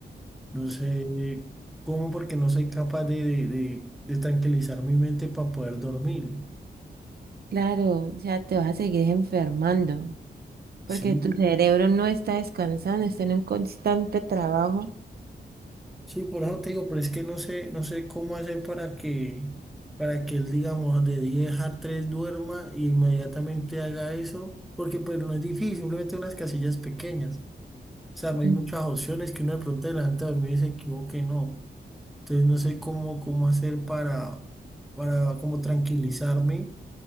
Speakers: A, in the centre; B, on the right.
A: no sé cómo porque no soy capaz de, de, de- de tranquilizar mi mente para poder dormir.
B: Claro, o sea, te vas a seguir enfermando. porque
A: Sí,
B: tu cerebro no está descansando, está en un constante trabajo.
A: sí, por eso te digo, pero es que no sé, no sé cómo hacer para que, para que él, digamos, de 10 a 3 duerma y inmediatamente haga eso, porque pues no es difícil, simplemente unas casillas pequeñas. O sea, no hay
B: Mm,
A: muchas opciones que uno de pronto delante de dormir y se equivoque, no. Entonces no sé cómo, cómo hacer para, para como tranquilizarme